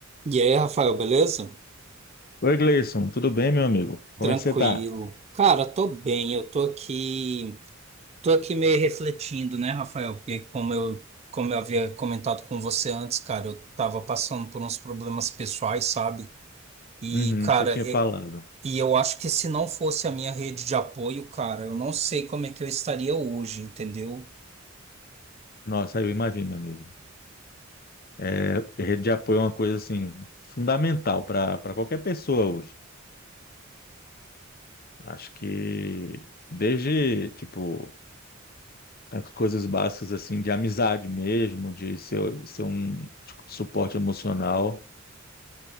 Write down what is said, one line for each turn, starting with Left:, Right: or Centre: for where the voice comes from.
Right: E aí, Rafael, beleza?
Left: Oi, Gleison, tudo bem, meu amigo? Como
Right: Tranquilo.
Left: é que você tá?
Right: Cara, tô bem, eu tô aqui, tô aqui meio refletindo, né, Rafael? Porque como eu, como eu havia comentado com você antes, cara, eu tava passando por uns problemas pessoais, sabe? E,
Left: Uhum,
Right: cara,
Left: você tinha
Right: e,
Left: falado.
Right: e eu acho que se não fosse a minha rede de apoio, cara, eu não sei como é que eu estaria hoje, entendeu?
Left: Nossa, eu imagino, meu amigo. É, rede de apoio é uma coisa, assim, fundamental para para qualquer pessoa hoje. Acho que desde, tipo, as coisas básicas, assim, de amizade mesmo, de ser, ser um tipo, de suporte emocional,